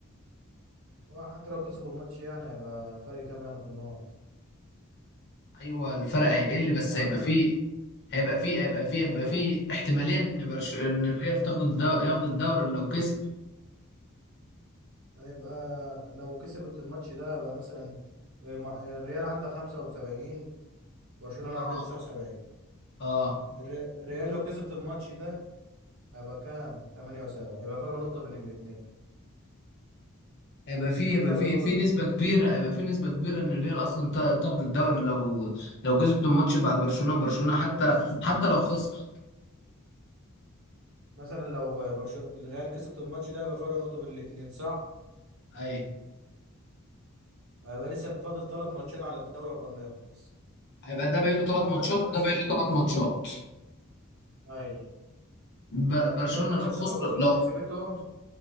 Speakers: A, on the right; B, on the left.
A: وحتى لو كسبوا الماتش يعني هيبقى الفرق كام يعني في النقط
B: ايوه الفرق هيقل بس
A: يعني
B: هيبقى
A: مثلا
B: فيه هيبقى فيه هيبقى فيه هيبقى
A: هيبقى,
B: فيه احتمالية ان برش... ان الريال تاخد الدوري ياخد الدوري لو كسب
A: هيبقى لو كسبت الماتش ده هيبقى مثلا آه، مع- الريال عنده 75 برشلونة
B: اه
A: عنده 79
B: اه
A: الر- الريال لو كسبت الماتش ده هيبقى كام 78 يبقى فرق نقطة بين الاثنين
B: هيبقى فيه
A: هيبقى
B: هيبقى
A: فرق
B: فيه
A: نقطة
B: في
A: بين
B: نسبة
A: الاثنين
B: كبيرة هيبقى فيه نسبة كبيرة ان الريال اصلا تا- تاخد الدوري لو لو كسبت الماتش بعد برشلونة وبرشلونة حتى حتى لو خسر
A: مثلا لو برشلونه الريال كسبت الماتش ده يبقى فرق نقطه بين الاثنين صح
B: ايوه
A: هيبقى لسه فاضل ثلاث ماتشات على الدوري قبل ما يخلص
B: هيبقى ده باقي له ثلاث
A: ثلاث
B: ماتشات
A: ماتشات دول برشلونه
B: وده باقي له ثلاث ماتشات
A: ايوه
B: ب- برشلونة
A: الثلاث ماتشات
B: لو خسر
A: دول لو برشلونه
B: لو
A: كسبتهم